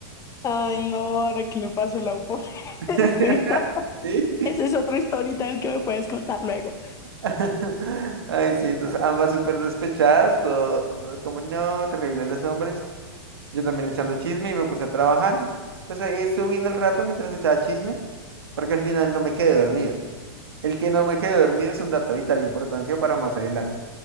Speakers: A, on the left; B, on the right.
A: Ay, no, ahora que le pasó la upone. <laughs>
B: <laughs>
A: Sí,
B: Sí.
A: esa es otra historia que me puedes contar luego.
B: <laughs> Ay, sí, entonces ambas súper despechadas, todo, todo como, no, terrible los hombres. Yo también echando chisme y me puse a trabajar. Pues ahí estuve viendo el rato mientras echaba chisme, porque al final no me quedé dormido. El que no me quedé dormido es un dato de vital importancia para más adelante.